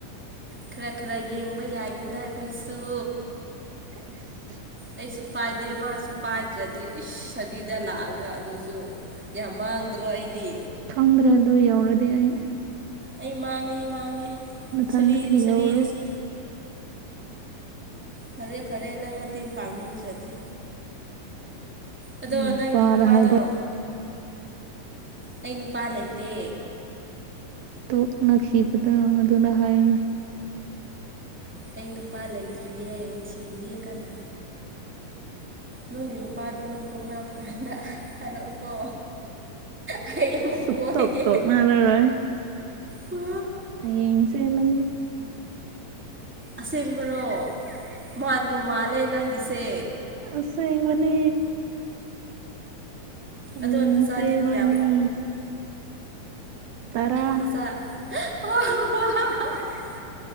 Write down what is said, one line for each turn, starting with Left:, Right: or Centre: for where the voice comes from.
Centre: ꯈꯔ ꯈꯔ ꯌꯦꯡꯕ ꯌꯥꯢꯗꯅ ꯑꯩꯈꯣꯢꯁꯨ
Right: ꯍꯦꯁ
Centre: ꯑꯩꯁꯨ ꯄꯥꯏꯗꯦ ꯃꯥꯁꯨ ꯄꯥꯏꯗ꯭ꯔꯗꯤ ꯏꯁ ꯁꯔꯤꯗ ꯂꯥꯛꯑꯒ ꯑꯗꯨꯁꯨ ꯌꯥꯝ ꯃꯥꯡꯗ꯭ꯔꯣ ꯑꯩꯗꯤ
Right: ꯈꯪꯗ꯭ꯔꯦ ꯑꯗꯨ ꯌꯧꯔꯗꯤ ꯑꯩ
Centre: ꯑꯩ ꯃꯥꯡꯉꯦ ꯃꯥꯡꯉꯦ
Right: ꯅꯊꯟꯗ
Centre: ꯁꯔꯤ
Right: ꯊꯤꯍꯧꯔꯣ
Centre: ꯁꯔꯤꯗꯁꯨ ꯐꯔꯦ ꯐꯔꯦ ꯅꯪꯡꯅ ꯇꯦꯝꯄꯥꯛ ꯅꯨꯡꯗ꯭ꯔꯗꯤ ꯑꯗꯣ
Right: ꯅꯣꯏ ꯅꯨꯄꯥꯗ
Centre: ꯅꯪꯒꯤ ꯅꯨꯄꯥꯗꯣ
Right: ꯍꯥꯏ
Centre: ꯑꯩ ꯅꯨꯄꯥ ꯂꯩꯇꯦ
Right: ꯇꯣꯛꯅꯈꯤꯕꯗꯣ ꯑꯗꯨꯅ ꯍꯥꯏꯌꯦ
Centre: ꯑꯩ ꯅꯨꯄꯥ ꯂꯩꯇ꯭ꯔꯤꯌꯦ ꯊꯤꯔꯤꯌꯦ ꯀꯅꯥ ꯅꯪꯒꯤ ꯅꯨꯄꯥꯗꯣ ꯅꯪ ꯄꯣꯛꯅꯥꯞꯀꯥꯟꯗ ꯍꯥꯏꯔꯛꯑꯣ ꯀꯣ ꯑꯣ ꯑꯃꯨꯛ
Right: ꯁꯨꯛꯇꯣꯛ
Centre: ꯀꯣꯏꯒꯦ
Right: ꯇꯣꯛꯅꯔꯔꯣꯏ
Centre: ꯍ
Right: ꯌꯦꯡꯁꯦꯃꯅꯤ
Centre: ꯑꯁꯦꯡꯕꯔꯣ ꯃꯕꯨ ꯃꯥꯜꯂꯦ ꯅꯪꯒꯤꯁꯦ
Right: ꯑꯁꯥꯏ ꯃꯅꯤ ꯍꯌꯦꯡ
Centre: ꯑꯗꯣ ꯅꯆꯥꯗꯤ
Right: ꯆꯦꯜꯂꯅꯤ
Centre: ꯀꯌꯥ
Right: ꯇꯔꯥ
Centre: ꯅꯆꯥꯥ <inaudible>